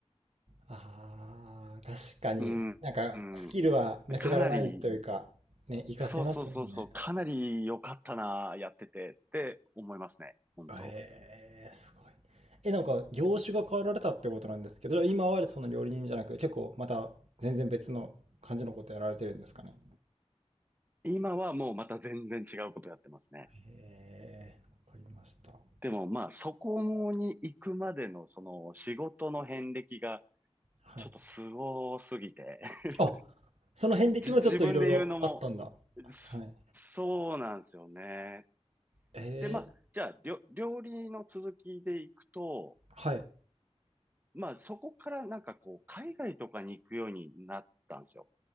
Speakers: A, on the right (about 70°); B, on the right (about 15°).
A: ああ、確かに。
B: うん、
A: なんか、
B: うん、
A: スキルはなくならないというか、
B: かなり、
A: ね、活かせますもんね。
B: そうそうそうそう、かなり良かったな、やっててって思いますね。本当。
A: ええ、すごい。え、なんか、業種が変わられたってことなんですけど、今はその料理人じゃなく、結構また全然別の感じのことやられてるんですかね。
B: 今はもうまた全然違うことやってますね。
A: ええ、わかりました。
B: でもまあ、そこに行くまでのその仕事の遍歴が、
A: はい。
B: ちょっとすごすぎて、<laughs>
A: あ、その遍歴もちょっといろいろあったんだ。
B: じ、自分で言うのも、
A: はい。
B: すそうなんですよね。
A: えー、
B: で、まあ、じゃあ、りょ料理の続きでいくと、
A: はい。
B: まあ、そこからなんかこう、海外とかに行くようになったんですよ。